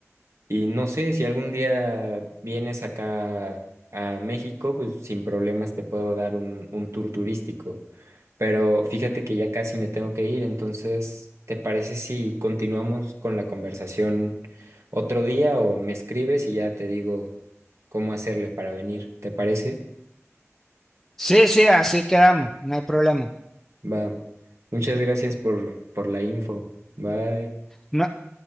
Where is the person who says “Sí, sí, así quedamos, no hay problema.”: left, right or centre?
Centre